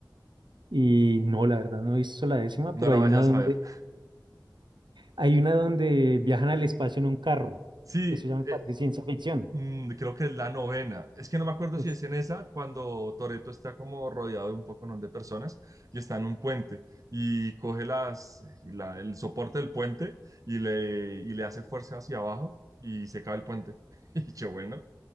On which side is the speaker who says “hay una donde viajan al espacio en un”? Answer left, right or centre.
Right